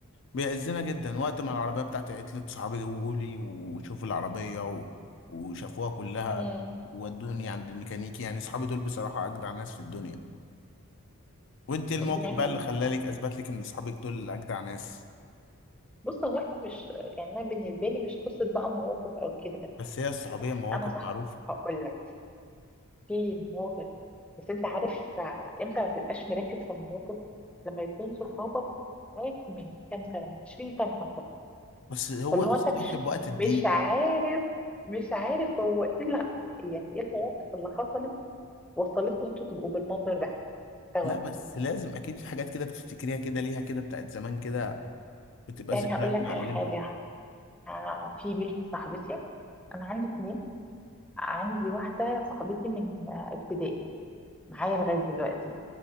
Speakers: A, on the left; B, in the centre.
A: بيعزنا جدا وقت ما العربية بتاعتي عطلت صحابي جولي وشوفوا العربية و... وشافوها كلها
B: مم.
A: ودوني عند الميكانيكي يعني اصحابي دول بصراحة اجدع ناس في الدنيا وانت إيه مم.
B: ربنا
A: الموقف
B: يخليهم
A: بقى اللي خلالك
B: لنا
A: اثبت لك ان اصحابك دول اجدع ناس
B: بص هو احنا مش يعني انا بالنسبه لي مش قصه بقى مواقف او كده
A: بس هي الصحوبية
B: يعني
A: مواقف
B: انا صح
A: معروفة
B: هقول لك في مواقف بس انت عارف امتى ما تبقاش مركز في المواقف لما يكون صحابك معاك من كام سنه من 20 سنه مثلا
A: بس هو
B: فاللي
A: الصاحب
B: هو انت مش
A: وقت
B: مش
A: الضيق
B: عارف مش عارف هو ايه اللي يعني ايه المواقف اللي حصلت وصلتكم ان انتوا تبقوا بالمنظر ده سوا
A: لا بس لازم اكيد في حاجات كده بتفتكريها كده ليها كده بتاعت زمان كده بتبقى
B: يعني
A: ذكريات
B: هقول لك على
A: معلمة
B: حاجه آه، في بنت صاحبتي انا عندي اتنين عندي واحدة صاحبتي من ابتدائي معايا لغاية دلوقتي